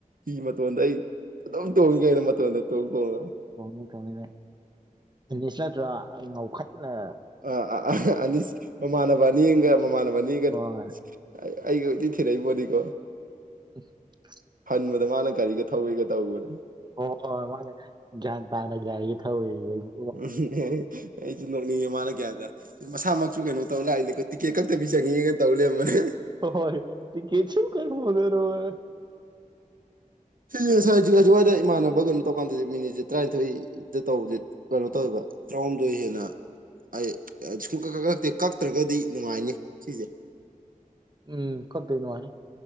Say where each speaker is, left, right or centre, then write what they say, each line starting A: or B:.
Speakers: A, on the right; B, on the right.
A: ꯍꯤ ꯃꯇꯣꯟꯗ ꯑꯩ ꯑꯗꯨꯝ ꯇꯣꯡꯉꯤ ꯀꯩꯅꯣ ꯃꯇꯣꯟꯗ ꯇꯣꯡ ꯇꯣꯡꯉ
B: ꯇꯣꯡꯅꯤ ꯇꯣꯡꯅꯤ ꯅꯪ ꯍꯤꯂꯤꯁꯔꯗꯔ ꯉꯧꯈꯠꯂ
A: ꯑ ꯑ ꯑꯅꯤꯁ ꯃꯃꯥꯟꯅꯕ ꯑꯅꯤꯑꯝꯒ ꯃꯃꯥꯟꯅꯕ ꯑꯅꯤꯒ
B: ꯍꯣꯏ
A: ꯑꯩ ꯑꯩꯒ ꯀꯣꯏꯊꯤ ꯊꯤꯔꯛꯏꯄꯣꯅꯤꯀꯣ
B: <inaudible>
A: ꯍꯟꯕꯗ ꯃꯥꯅ ꯒꯥꯔꯤꯒ ꯊꯧꯕꯤꯒ ꯇꯧꯕꯅꯦ
B: ꯍꯣꯏ ꯍꯣꯏ ꯃꯥꯅ ꯒ꯭ꯌꯥꯟ ꯇꯥꯅ ꯒꯔꯤ ꯊꯧꯋꯦꯌꯦ ꯑꯩꯕꯨ
A: ꯎꯝ ꯑꯩꯁꯨ ꯅꯣꯛꯅꯤꯡꯉꯦ ꯃꯥꯅ ꯒꯌ꯭ꯥꯟ ꯇꯥ ꯃꯁꯥꯃꯛꯁꯨ ꯀꯩꯅꯣ ꯇꯧ ꯂꯥꯛꯏꯅꯦ ꯇꯤꯀꯦꯠ ꯈꯛꯇꯕꯤ ꯆꯪꯉꯦꯒ ꯇꯧ ꯂꯩꯔꯝꯕꯅꯦ
B: ꯍꯣꯏ ꯍꯣꯏ ꯇꯤꯀꯦꯠꯁꯨ ꯀꯍꯣꯗꯔꯣꯏ
A: ꯁꯤ ꯖꯒꯖꯋꯥꯏꯗ ꯏꯃꯥꯟꯅꯕ <unintelligible> ꯇꯣꯀꯥꯟꯗꯁꯦ ꯃꯤꯅꯤꯠꯁꯦ ꯇꯔꯥꯅꯤꯊꯣꯏꯗ ꯇꯧꯕꯁꯦ ꯀꯩꯅꯣ ꯇꯧꯋꯦꯕ ꯇꯔꯥꯍꯨꯝꯗꯣꯏ ꯍꯦꯟꯅ ꯑꯩ ꯁꯨꯡ ꯀꯛ ꯀ ꯀꯛꯇꯦ ꯀꯛꯇ꯭ꯔꯒꯗꯤ ꯅꯨꯡꯉꯥꯏꯅꯤ ꯁꯤꯁꯦ
B: ꯎꯝ ꯀꯛꯇꯗꯤ ꯅꯨꯉꯥꯏꯅꯤ